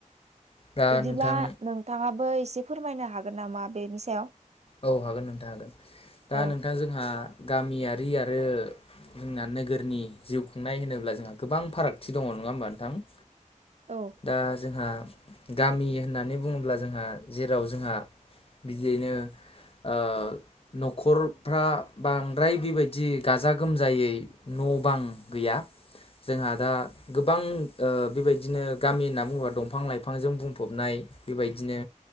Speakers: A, on the left; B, on the right.
A: दा
B: इदिब्ला
A: नोंथां
B: नोंथाङाबो एसे फोरमायनो हागोन नामा बेनि सायाव?
A: औ हागोन नोंथां हागोन। दा
B: औ
A: नोंथाङा जोंहा गामियारि आरो जोंना नोगोरनि जिउ खुंनाय होनोब्ला जोंहा गोबां फारागथि दङ नङा होमबा नोंथां?
B: औ।
A: दा जोंहा गामि होननानै बुङोब्ला जोंहा जेराव जोंहा बिदियैनो ओ न'खरफ्रा बांद्राय बेबायदि गाजा गोमजायै न' बां गैया। जोंहा दा गोबां ओ बेबायदिनो गामि होनना बुङोबा दंफां लाइफांजों बुंफबनाय बेबायदिनो